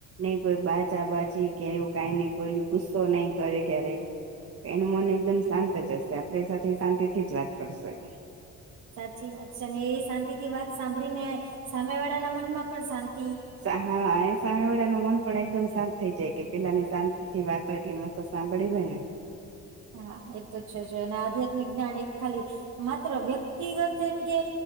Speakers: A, on the right (about 50°); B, on the right (about 75°).
A: નઈ કોઈ બાજા બાજી કે એવું કઈને કોઈ ગુસ્સો નઈ કરે ક્યારેક એનું મન એકદમ શાંત જ હશે આપણી સાથે શાંતિથી જ વાત કરશું
B: સાચી વાત છે અને એ શાંતિ થી વાત સાંભળી ને સામે વાળાના મનમાં પણ શાંત
A: સા હા એ સામે વળ નમ પણ એકદમ શાંત થઈ જાય કે પેલાની શાંતિથી વાત હોય એટલી મસ્ત સાંભળી હોય ને
B: હા એ તો છે જ અને આધ્યાત્મિક જ્ઞાન એક ખાલી માત્ર વ્યક્તિ વ્યક્તિગત એમ કે